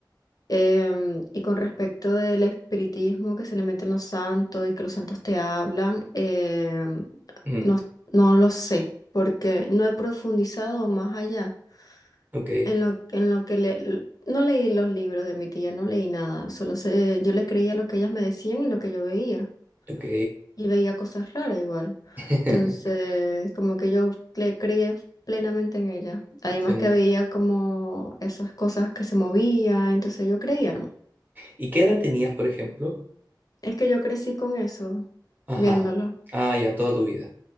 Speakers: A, on the left; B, on the right.
A: Em, y con respecto del espiritismo que se le meten los santos y que los santos te hablan, em,
B: Mm,
A: no, no lo sé, porque no he profundizado más allá
B: ok,
A: en lo, en lo que le... No leí los libros de mi tía, no leí nada, solo sé, yo le creía lo que ellas me decían y lo que yo veía
B: ok.
A: y veía cosas raras igual.
B: <laughs>
A: Entonces, como que yo le creí plenamente en ella. Además
B: Entiendo.
A: que veía como esas cosas que se movían, entonces yo creía, ¿no?
B: ¿Y qué edad tenías, por ejemplo?
A: Es que yo crecí con eso,
B: Ajá.
A: viéndolo,
B: Ah, ya toda tu vida.